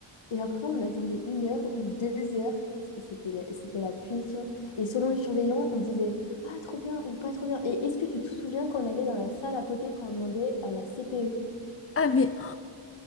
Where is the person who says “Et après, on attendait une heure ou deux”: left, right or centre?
Left